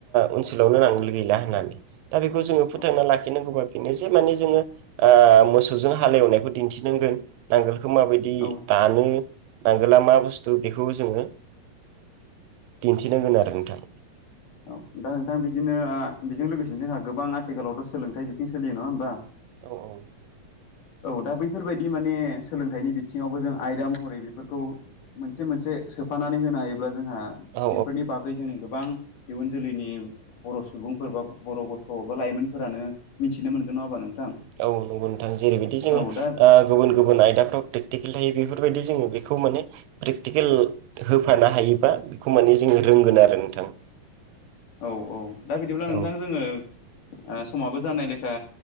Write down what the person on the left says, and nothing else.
औ
औ
औ दा नोंथां बिदिनो बेजों लोगोसेनो जोंहा गोबां आथिखालावथ' सोलोंथाइ बिथिं सोलियो नङा होमबा
औ दा बैफोरबायदि माने सोलोंथाइनि बिथिङावबो जों आयदा महरै बेफोरखौ मोनसे मोनसे सो फानानै होनो हायोब्ला जोंहा
बेफोरनि बागै जोंनि गोबां इयुन जोलैनि बर' सुबुंफोर बा बर' गथ' बा लाइमोनफोरानो मिथिनो मोनगोन नङाहोमबा नोंथां?
औ दा
औ औ दा बिदिब्ला नोंथां
जोङो समाबो जानाय लेखा